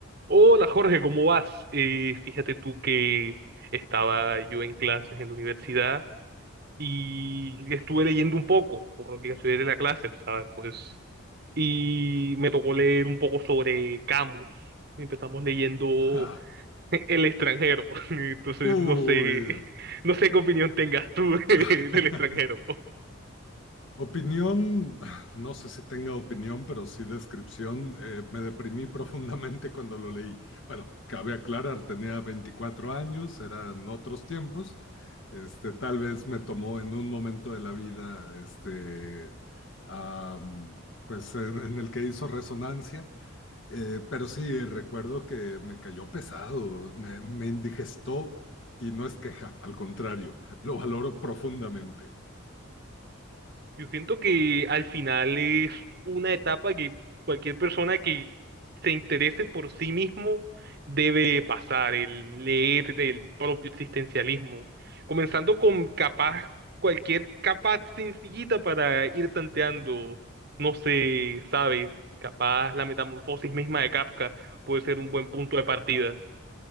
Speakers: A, on the right (about 50°); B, on the left (about 60°).
A: Hola Jorge, ¿cómo vas? Eh, fíjate tú que estaba yo en clases en la universidad y estuve leyendo un poco, por obligación de la clase, ¿sabes? Pues, y me tocó leer un poco sobre Camus. Y empezamos leyendo <laughs>
B: Ja.
A: El extranjero. <laughs> Entonces,
B: Uy.
A: no sé, no sé qué opinión tengas tú <laughs>
B: <laughs>
A: del extranjero.
B: Opinión, no sé si tenga opinión, pero sí descripción. eh, me deprimí profundamente cuando lo leí. Bueno, cabe aclarar, tenía 24 años, eran otros tiempos. Este, tal vez me tomó en un momento de la vida, este, am, pues en, en el que hizo resonancia, Eh, pero sí, recuerdo que me cayó pesado, me, me indigestó y no es queja, al contrario, <laughs> lo valoro profundamente.
A: Yo siento que al final es una etapa que cualquier persona que se interese por sí mismo debe pasar, el leer del propio existencialismo, comenzando con capaz, cualquier capa sencillita para ir tanteando, no sé, sabes, capaz la metamorfosis misma de Kafka puede ser un buen punto de partida,